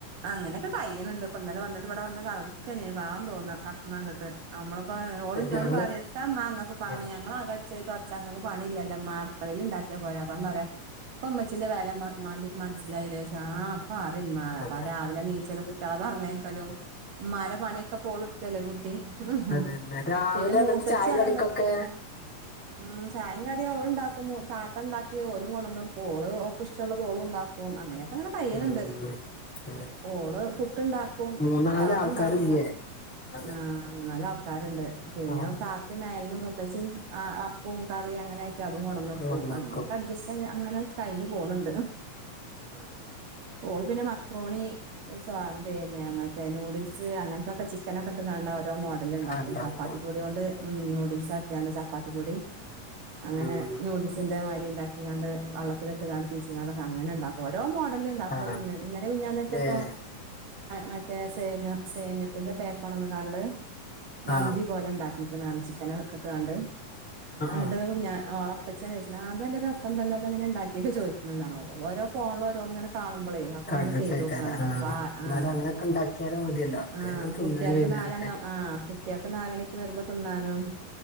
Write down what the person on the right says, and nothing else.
അങ്ങനെക്കെ കയ്യ്ണ്‌ണ്ട് പ്പ ന്നലെ വന്ന്ട്ട് വ്ട വന്ന് കട്ക്കന്നെ പാവം തോന്ന കട്ക്ക്‌ണണ്ട്ട്ട് അമ്മള് പ്പ ഓളിഞ്ഞോട്
പറയത്താമ്മ ങ്ങക്ക് പണി
ഞങ്ങളകട് ച് തുടച്ച ഇങ്ങക്ക്‌ പണില്ലല്ലോ ഇമ്മ അടുക്കളിൽ ഇണ്ടാക്കിയാ പോരേ അപ്പ പറയാ ഇപ്പൊ ഉമ്മച്ചീന്റെ വെല ഇമ്മാന്റെട്ടുക്കി മനസ്സിലായില്ലേ ആ ഇപ്പം അറീം ഉമ്മ
രാവിലെ നീച്ചലും കുട്ടികളെ പറഞ്ഞയക്കലും
ഉമ്മാരെ പണിയൊക്കെ ഇപ്പൊ ഓളിടുക്കല്ലോ ഒരു കുട്ടി ഉ
ഉ
പിന്നെ മൂത്തച്ചി
അവിടണ്ട്
<inaudible> ഉ ചായംകാടിയും ഓളും ഉണ്ടാക്കും താത്ത ഉണ്ടാക്കി ഓലും കൊണ്ടന്ന് കൊടുക്കും ഓള് ഓക്ക് ഇഷ്ടുള്ളത് ഓളും ഉണ്ടാക്കും ഉം അങ്ങനെയൊക്കെ അങ്ങനെ കഴിയണ്ട്
ഓള് പുട്ടുണ്ടാക്കും
റവ
ഉണ്ടാക്കും
ആഹ ആ മൂന്നാല് ആൾക്കാരുണ്ട് പിന്നെ
താത്തി മേലിന് മുത്തച്ചിം അപ്പും കറിയും അങ്ങനെ മറ്റ അതും കൊണ്ട്ന്നൊട്ക്കും
അങ്ങനെയൊക്കെ
അഡ്ജസ്റ്റ് അങ്ങനെ കഴിഞ്ഞ് പോണുണ്ട്
ഓള് പിനെ മക്ക മക്റോണി പിന്നെ മറ്റേ നൂഡിൽസ് അങ്ങനത്തൊക്കെ ചിക്കനൊക്കെ ഇട്ട് കാണ്ട ഓരോ മോഡ ലിൽ ഉണ്ടാക്കും
ചപ്പാത്തി പൊടി കൊണ്ട് ഉം നൂഡിൽസ് ആക്കി കാണ്ട് ചപ്പാത്തി പൊടി അങ്ങനെ
നൂഡിൽസിന്റെ മാതിരി ഉണ്ടാക്കി കാണ്ട് വള്ളത്തിലിട്ട് കാണ്ട് പീച്ചി കാണ്ട് ഒക്കെ അങ്ങനെ ഉണ്ടാക്കും ഓരോ മോഡലും ഉണ്ടാക്കും
ഇന്നലെ മിഞ്ഞാന്ന് ഏറ്റെ ഇപ്പൊ
മറ്റേ സേമിയം സേമ്യത്തിന്റെ പേക്കൊട്ന്ന്ങ്ങാണ്ട് മന്തി
പോലെ ഉണ്ടാക്കിട്ട്ണ് പറഞ്ഞ് ചിക്കനൊക്കെ ഇട്ടുകാണ്ട്
എന്നട്ട്
ഞാ ഓളെ പ്പച്ചി ചോയ്ച്ചേന്റെഷം ആഹ് ഇതല്ല രസണ്ടല്ലോ ഇതെങ്ങനെ ഇണ്ടാക്കിയത ചോയ്ക്കുന്നുണ്ടാണാവൊ ഒരോ ഫോണ്ല് ഓരോന്ന്ങ്ങനെ കാണുമ്പളെ
അങ്ങനെ ചെയ്ത് നോക്കാണ്
പ
ആഹ
ആഹാ
കുട്ടികക്ക്
നാലണിയ ആ കുട്ട്യാക്ക് നാലണിക്ക് വരുമ്പോ തിന്നാനും